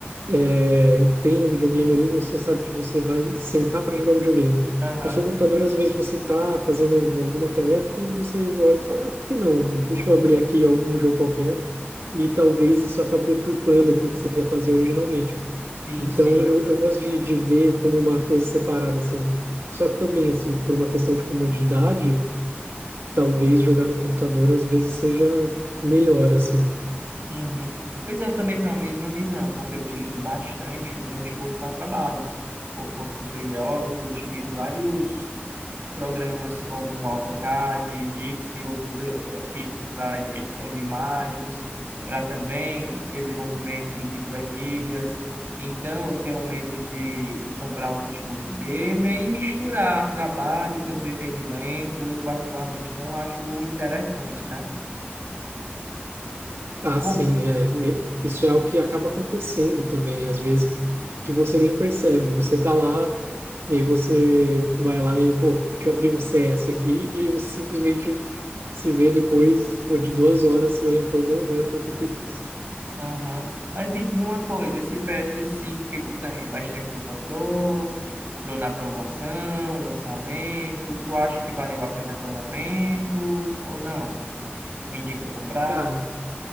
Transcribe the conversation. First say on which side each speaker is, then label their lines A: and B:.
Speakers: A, on the right (about 85°); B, on the right (about 55°).
A: é, tem um videogame ali, você sabe que você vai sentar para jogar videogame.
B: aham,
A: O seu computador, às vezes, você tá fazendo alguma tarefa e você olha e fala, ah, por que não? Deixa eu abrir aqui algum jogo qualquer. E talvez isso acabe deturpando aquilo que você ia fazer originalmente.
B: sim,
A: Então,
B: sim.
A: eu, eu gosto de, de ver como uma coisa separada, assim. Só que também, assim, por uma questão de comodidade, talvez jogar no computador às vezes seja melhor, assim.
B: Uhum. Pois é, eu também tenho a mesma visão, porque eu utilizo bastante o notebook para trabalho. Por conta que sou geógrafo, eu utilizo vários programas como AutoCAD, Gix e outros eh, aqui para edição de imagens, para também desenvolvimento de planilhas. Então, eu tenho medo de comprar um notebook gamer e misturar trabalho com entretenimento. Eu particularmente não acho interessante, né?
A: Ah,
B: Com-
A: sim, é. é, Isso é algo que acaba acontecendo também, às vezes, que você nem percebe. Você tá lá, e aí você vai lá e, pô, deixa eu abrir um CS aqui, e você simplesmente se vê depois, pô, de duas horas, se olhando e falando, não, não era pra eu ter feito isso.
B: Aham. Mas me diz uma coisa, esse PS5 que tu tem, faz tempo que tu comprou, comprou na promoção, lançamento, tu acha que valeu a pena até o momento ou não? Tu indica comprar?
A: Cara,